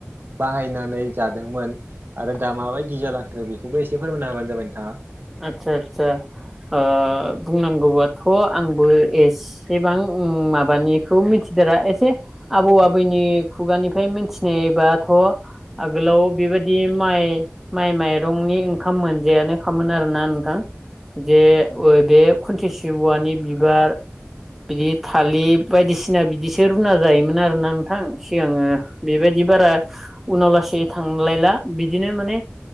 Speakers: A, on the right; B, in the centre.
A: बाहायनानै जादोंमोन आरो दा माबायदि जालांखो बेखौबो एसे फोरमायना होबानो जाबाय नोंथाङा
B: आतसा आतसा ओ बुंनांगौबाथ आंबो एसेबां माबानिखौ मिथि गिदिरा एसे आबौ आबैनि खुगानिफ्राय मिथिनायबाथ आगोलाव बेबायदि माइ माइ माइरंनि ओंखाम मोनजायानो खामोन आरोना नोंथां जे ओ बे खुनथिसि औवानि बिबार बे थालिर बायदिसिना बिदिसो रुना जायोमोन आरोना नोंथां सिगाङो बेबायदि दि बारा उनाव लासै थांलायला बिदिनो माने